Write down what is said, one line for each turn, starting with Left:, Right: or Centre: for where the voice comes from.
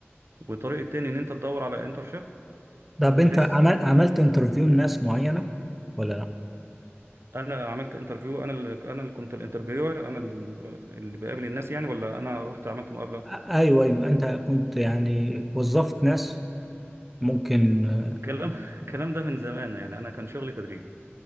Right: والطريق التاني ان انت تدور على انترشيب
Centre: طب
Right: بحيث
Centre: انت عمل عملت انترفيو لناس معينه ولا لا؟
Right: انا عملت انترفيو انا اللي انا اللي كنت الانترفيور انا ال- آه، اللي بقابل الناس يعني ولا انا رحت عملت مقابلة
Centre: ايوه ايوه انت كنت يعني وظفت ناس ممكن آه،
Right: الكلام <laughs> الكلام ده من زمان يعني انا كان شغلي تدريب